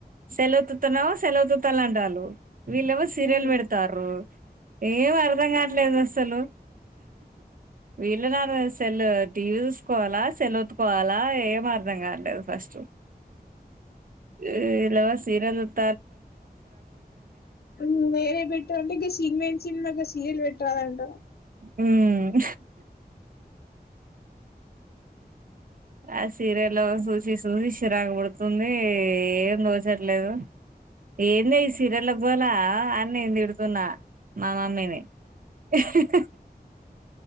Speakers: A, on the right; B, on the left.
A: సెల్లు ఒత్తుతన్నావు సెల్ ఒత్తుతల్ల అంటాలు వీళ్ ఎవో సీరియల్
B: ఉమ్
A: పెడతారు ఏం అర్ధం గాట్లేదు అస్ తలు వీళ్ళు నార్ సెల్ టీవీ జుసుకోవాలా సెల్ ఒత్తుకోవాలా ఏం అర్ధం గాట్లేదు ఫస్టు
B: ఆ
A: ఈల్ ఏమో సీరియల్ జూత్
B: అమ్ వేరే బెట్టమంటే ఇగ సీన్మేన్ సిన్మాకా సీరీయల్ పెట్రాద్ అంటరు
A: ఉమ్ ఆ సీరియల్లు సూసి సూసి చిరాగ్ పుడుతుంది ఏం దోచట్లేదు ఏందే ఈ సీరియల్ల గోలా అన్ నేన్ తిడుతున్నా మా మమ్మీని సా